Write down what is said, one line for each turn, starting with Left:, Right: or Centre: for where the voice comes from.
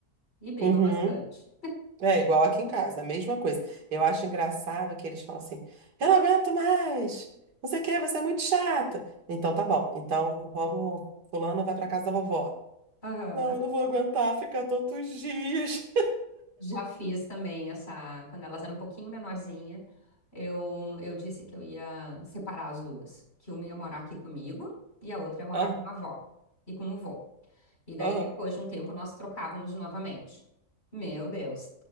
Left: e brigam
Right: Uhum.
Left: bastante.
Right: É igual aqui em casa, a mesma coisa. Eu acho engraçado que eles falam assim: eu não aguento mais, não sei o que, você é muito chata. Então tá bom, então vamos, fulano vai pra casa da vovó.
Left: Aham.
Right: Não, eu não vou aguentar ficar tantos dias.
Left: Já fiz também essa. Quando elas eram um pouquinho menorzinha, eu, eu disse que eu ia separar as duas. Que uma ia morar aqui comigo e a outra ia morar
Right: <laughs> Aham,
Left: com a avó e com o vô. E daí,
Right: aham.
Left: depois de um tempo, nós trocávamos novamente. Meu Deus.